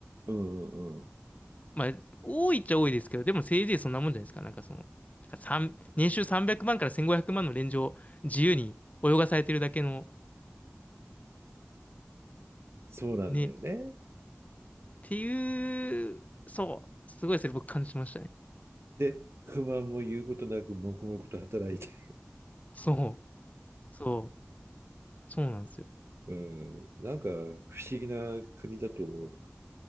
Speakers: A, on the right; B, on the left.
A: う。うんうんうん。
B: まあ、多いっちゃ多いですけど、でもせいぜいそんなもんじゃないですか。なんかその、だから三年収300万から1500万のレンジを自由に泳がされてるだけの
A: そうなんだよね。
B: ね、ていう、そう、すごいそれ僕感じましたね。
A: で、不満も言うことなく黙々と働いて
B: そう、そう、そうなんですよ。
A: <laughs> うん。なんか不思議な国だと思う。